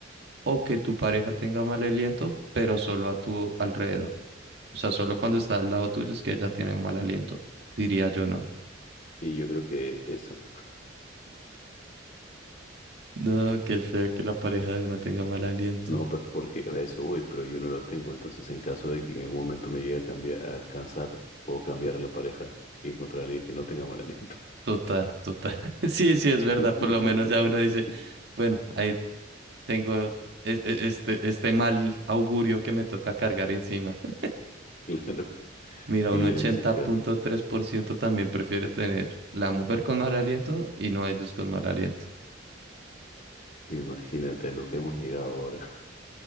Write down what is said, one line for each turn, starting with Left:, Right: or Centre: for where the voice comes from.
Right: o que tu pareja tenga mal aliento, pero solo a tu alrededor. O sea, solo cuando está al lado tuyo es que ella tiene un mal aliento, diría yo, ¿no?
Left: Sí, yo creo que esa.
Right: No, qué feo que la pareja de uno tenga mal aliento.
Left: No, pues porque a eso voy, pero yo no lo tengo. Entonces, en caso de que en algún momento me llegue a cambiar, a cansar, puedo cambiar a la pareja y encontrar a alguien que no tenga mal aliento.
Right: Total, total. <laughs> Sí, sí,
Left: <laughs>
Right: es verdad. Por lo menos ya uno dice, bueno, ahí Tengo es- es- este, este mal augurio que me toca cargar encima. <laughs>
Left: Claro.
Right: Mira,
Left: Y
Right: un ochenta
Left: es que
Right: punto tres por ciento también prefiere tener la mujer con mal aliento y no ellos con mal aliento.
Left: Imagínate lo que hemos llegado ahora. <laughs>